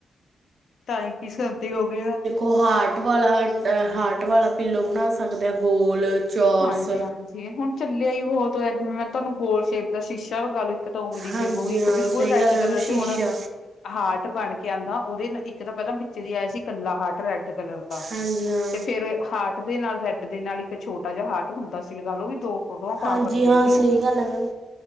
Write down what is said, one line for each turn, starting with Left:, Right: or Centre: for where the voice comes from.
Left: ਤਾਈ ਪੀ ਸਦੇ ਹੋ ਗਏ ਆ।
Right: ਓ ਹਾਰਟ ਵਾਲਾ ਅ ਹਾਰਟ ਵਾਲਾ ਪਿੱਲੋ ਬਣਾ ਸਕਦੇ ਆ ਗੋਲ ਚੌਰਸ
Left: ਹਾਂਜੀ-ਹਾਂਜੀ, ਹੁਣ ਚੱਲਿਆ ਈ ਬੋਤ ਹੋਇਆ ਜਿਵੇ ਮੈਂ ਤੁਆਨੂੰ ਗੋਲ ਸ਼ੇਪ ਦਾ ਸ਼ੀਸ਼ਾ ਲਗਾ ਲੋ ਇੱਕ ਦਾ ਓਵੇਂ ਦੀ ਸ਼ੇਵ
Right: ਹਾਂਜੀ
Left: ਹੋਗੀ, ਇੱਕ
Right: ਹਾਂ
Left: ਬਿਲਕੁਲ
Right: ਸਹੀ
Left: ਰੈੱਡ
Right: ਗੱਲ ਹੈ
Left: ਕਲਰ
Right: ਮੈਮ ਸ਼ੀਸ਼ਾ
Left: ਚ ਹੁਣ ਹਾੱਟ ਬਣ ਕੇ ਆਂਦਾ ਓਦੇ ਨਾ ਇੱਕ ਤਾਂ ਪੈਲਾਂ ਵਿੱਚ ਦੀ ਆਇਆ ਸੀ ਕੱਲਾ ਹਾਰਟ ਰੈਡ ਕਲਰ ਦਾ
Right: ਹਾਂਜੀ ਹਾਂ
Left: ਤੇ ਫੇਰ ਹਾਰਟ ਦੇ ਨਾਲ ਰੈਡ ਦੇ ਨਾਲ ਇੱਕ ਛੋਟ ਟਾ ਜ ਹਾਰਟ ਹੁੰਦਾ ਸੀ ਲਗਾਲੋ ਓਵੀ ਦੋ ਫੋਟੋਆਂ ਪਾ
Right: ਹਾਂਜੀ
Left: ਸਕਦੇ
Right: ਹਾਂ
Left: ਸੀ।
Right: ਸਹੀ ਗੱਲ ਹੈ ਮੈਮ